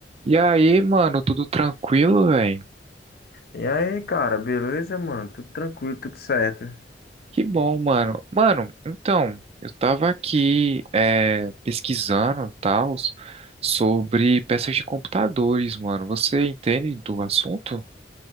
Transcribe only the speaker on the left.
E aí, cara, beleza, mano? Tudo tranquilo, tudo certo.